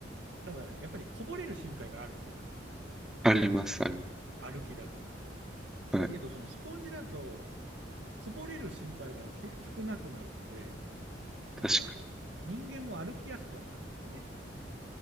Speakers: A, on the right; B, in the centre.
A: ただやっぱりこぼれる心配があるじゃん。
B: あります、あります。
A: 歩きだから。
B: はい。
A: だけどそのスポンジだとこぼれる心配がき少なくなるので、
B: 確か
A: その何ていうか人間も歩きやすくはなるんですよね。